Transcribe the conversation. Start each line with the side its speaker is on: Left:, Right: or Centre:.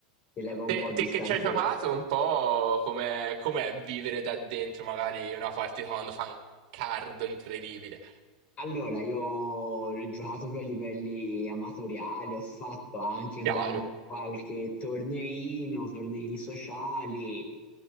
Left: ti leva un
Right: Te,
Left: po' di
Right: te
Left: stanchezza.
Right: che ci hai giocato un po' com'è, com'è vivere da dentro magari una partita quando fa un cardo incredibile.
Left: Allora, io ho giocato per livelli amatoriali, ho fatto anche quan-
Right: Chiaro.
Left: qualche torneino, torneini sociali.